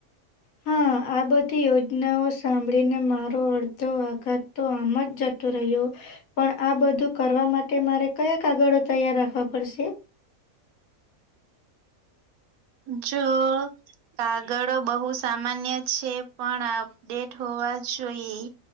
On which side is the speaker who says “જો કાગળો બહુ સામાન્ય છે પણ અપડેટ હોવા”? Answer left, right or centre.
Right